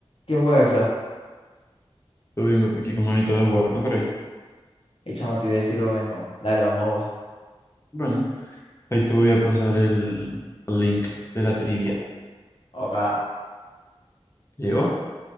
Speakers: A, on the left (about 60°); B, on the left (about 25°).
A: ¿Qué fue eso?
B: Todo bien, papi, aquí con manito de jugar, ¿no creí?
A: Y chamo, te iba a decir lo mismo. Dale, vamos, gua.
B: Bueno, ahí te voy a pasar el link de la trivia.
A: Acá.
B: ¿Llegó?